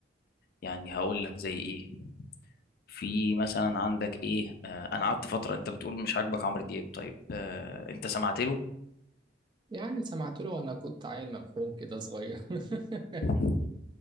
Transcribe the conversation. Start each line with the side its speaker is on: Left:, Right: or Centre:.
Left: يعني هقول لك زي ايه في مثلا عندك ايه آه انا قعدت فتره انت بتقول مش عاجبك عمرو دياب طيب آه انت سمعت له
Right: يعني سمعت له وأنا كنت عيل ممحون كده صغير <laughs>
Left: <laughs>